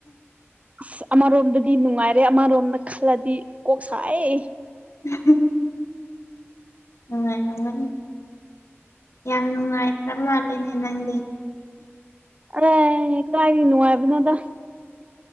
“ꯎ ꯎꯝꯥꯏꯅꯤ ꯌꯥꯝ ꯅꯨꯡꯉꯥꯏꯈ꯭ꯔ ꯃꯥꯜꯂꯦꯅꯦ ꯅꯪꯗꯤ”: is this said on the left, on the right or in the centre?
Left